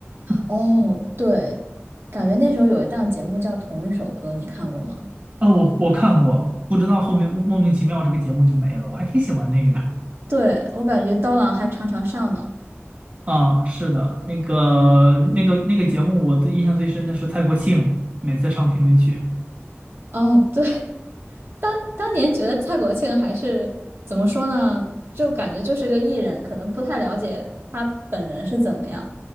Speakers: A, on the right (about 35°); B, on the right (about 60°).
A: <laughs>
B: 哦，对，感觉那时候有一档节目叫《同一首歌》，你看过吗？
A: 啊。我我看过，不知道后面莫名其妙这个节目就没了，我还挺喜欢那个的
B: 对，我感觉刀郎还常常上呢。
A: 啊。是的，那个那个那个节目，我最印象最深的是蔡国庆每次唱片尾曲。
B: 哦，对，当当年觉得蔡国庆还是怎么说呢，就感觉就是个艺人，可能不太了解他本人是怎么样。